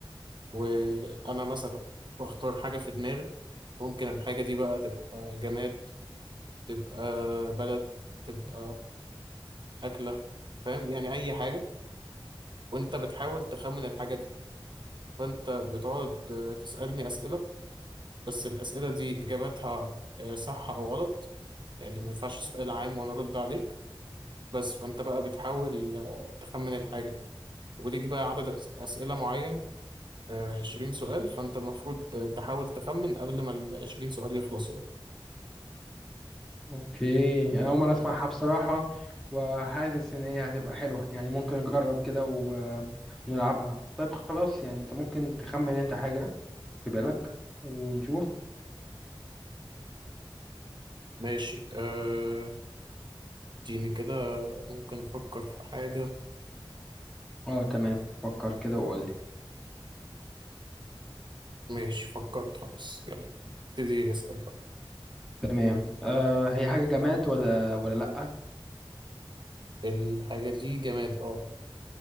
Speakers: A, on the right; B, in the centre.
A: وانا مثلا بختار حاجة في دماغي ممكن الحاجة دي بقى تبقى جماد تبقى بلد تبقى أكلة فاهم يعني أي حاجة وانت بتحاول تخمن الحاجة دي فانت بتقعد آه، تسألني أسئلة بس الأسئلة دي إجاباتها آه، صح أو غلط يعني ما ينفعش سؤال عام وأنا أرد عليك بس فانت بقى بتحاول آه، تخمن الحاجة دي وليك بقى عدد أس- أسئلة معين آه، عشرين سؤال فانت المفروض آه، تحاول تخمن قبل ما العشرين سؤال يخلصوا يعني
B: اوكي انا اول مره اسمعها بصراحه وحاسس ان هي هتبقى حلوه يعني ممكن نجرب كده و... ونلعبها طيب خلاص يعني انت ممكن تخمن انت حاجه في بالك ونشوف
A: ماشي آه، اديني كده ممكن أفكر في حاجة
B: اه تمام فكر كده وقول لي
A: ماشي فكرت خلاص يلا ابتدي اسأل بقى
B: تمام آه هي حاجة جماد ولا ولا لأ
A: الحاجة دي جماد اه